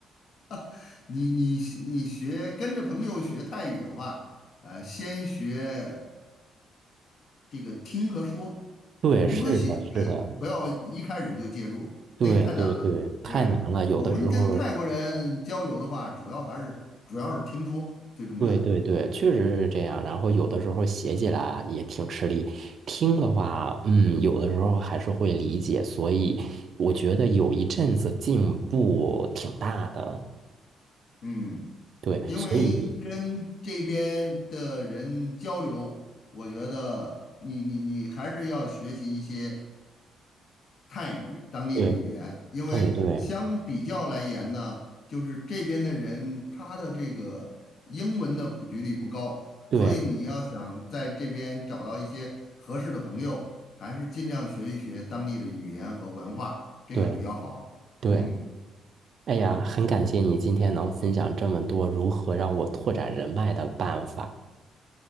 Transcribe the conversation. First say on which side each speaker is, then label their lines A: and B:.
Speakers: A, on the left (about 60°); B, on the right (about 55°).
A: <laughs> 你你你学跟着朋友学泰语的话，呃，先学。这个听和说，
B: 对，
A: 读和写，
B: 是的，是的，
A: 不要一开始就介入，
B: 对对对，
A: 那个太难了。
B: 太难了。
A: 对，
B: 有的时候，
A: 我们跟泰国人交流的话，主要还是主要是听说最重要。
B: 对对对，
A: 嗯
B: 确实是这样。然后有的时候写起来也挺吃力，听的话，嗯，有的时候还是会理解。所以我觉得有一阵子进步挺大的。
A: 嗯，
B: 对，
A: 因为跟这边的人交流，
B: 所以
A: 我觉得你你你还是要学习一些。泰语当地的语言，
B: 对
A: 因为相比较来言呢，
B: 对对
A: 就是这边的人他的这个英文的普及率不高，
B: 对
A: 所以你要想在这边找到一些合适的朋友，还是尽量学一学当地的语言和文化，这个比较好。
B: 对对，
A: 嗯。
B: 哎呀，很感谢你今天能分享这么多如何让我拓展人脉的办法。